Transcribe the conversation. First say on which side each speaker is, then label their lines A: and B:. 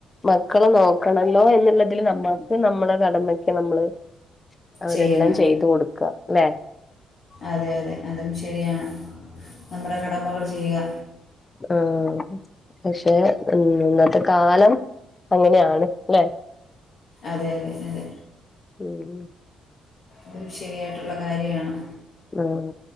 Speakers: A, on the left; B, on the left.
A: മക്കളെ നോക്കണല്ലോ എന്നുള്ള അതിൽ നമ്മുക്ക് നമ്മള കടമക്ക് നമ്മള് അവരെല്ലാം
B: ചെയ്യുന്നു
A: ചെയ്ത് കൊടുക്ക ല്ലേ
B: അതെ അതെ അതും ശരിയാണ് നമ്മുടെ കടമകൾ ചെയ്യുക.
A: ആഹ പക്ഷെ ഇന്നത്തെ കാലം അങ്ങനെയാണ് ല്ലെ
B: അതെ അതെ അതെ
A: ഉം
B: അതും ശരിയായിട്ടുള്ള കാര്യാണ്.
A: ഉം